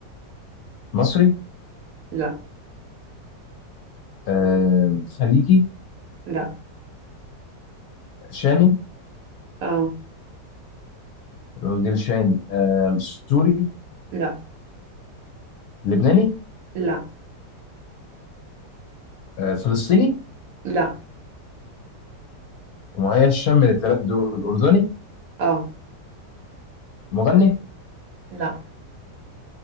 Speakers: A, on the left; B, on the right.
A: مصري
B: لا
A: آه خليجي
B: لا
A: شامي
B: اه
A: راجل شامي آه، سوري
B: لا
A: لبناني
B: لا
A: آه، فلسطيني
B: لا
A: مهيئ الشام من الثلاثه دول اردني
B: اه
A: مغني
B: لا